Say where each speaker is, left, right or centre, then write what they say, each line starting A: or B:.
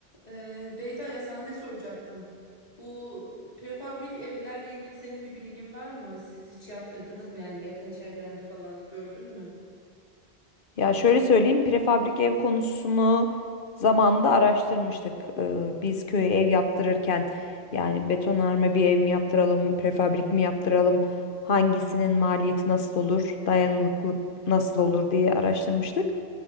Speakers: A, on the left; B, on the left.
A: Ee, Beyda ya sana ne soracaktım? Bu prefabrik evlerle ilgili senin bir bilgin var mı? Siz hiç yaptırdınız mı? Yani yakın çevrende falan gördün mü?
B: Ya şöyle söyleyeyim, prefabrik ev konusunu zamanında araştırmıştık. Ee, biz köye ev yaptırırken yani betonarme bir ev mi yaptıralım, prefabrik mi yaptıralım, hangisinin maliyeti nasıl olur, dayanıklılık nasıl olur diye araştırmıştık.